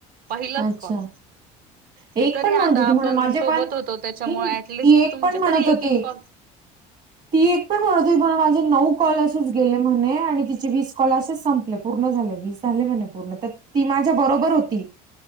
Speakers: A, on the right; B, on the right.
A: पहिलाच
B: अच्छा
A: कॉल. हे
B: एक
A: तरी
B: पण म्हणत
A: आता
B: होती
A: आपण
B: म्हणे माझे
A: सोबत
B: पण
A: होतो. त्याच्यामुळे
B: मी
A: ऍटलिस्ट
B: ती एक
A: तुमचे
B: पण म्हणत
A: तरी
B: होती.
A: एक-एक कॉल
B: ती एक पण बणत होती म्हण माझ्या नऊ कॉल असेच गेले म्हणे, आणि तिचे वीस कॉल असेच संपले, पूर्ण झाले वीस झाले म्हणे पूर्ण तर ती माझ्या बरोबर होती.